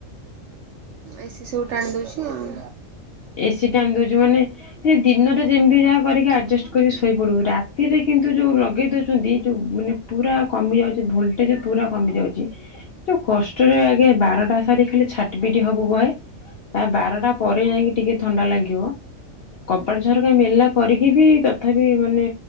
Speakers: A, on the right; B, on the left.
A: ଏସିି ସବୁ ଟାଣିଦଉଛି ଆଉ।
B: ଏସିି ଟାଣି ଦଉଛି ମାନେ ସେ ଦିନରେ ଯେମିତି ଯାହା କରିକି ଆଡଜଷ୍ଟ କରିକି ଶୋଇପଡିବୁ ରାତିରେ କିନ୍ତୁ ଯୋଉ ଲଗେଇ ଦଉଛନ୍ତି ଯୋଉ ମାନେ ପୁରା କମିଯାଉଚି ଭୋଲ୍ଟେଜ ପୁରା କମିଯାଉଚି। ଯୋଉ କଷ୍ଟରେ ଆଗେ ବାରଟା ସାରି ଖାଲି ଛାଟି ପିଟି ହବୁ ବହେ ତା ବାରଟା ପରେ ଯାଇକି ଟିକେ ଥଣ୍ଡା ଲାଗିବ କବାଟ ଝରକା ମେଲା କ କରିକି ବି ତଥାପି ମାନେ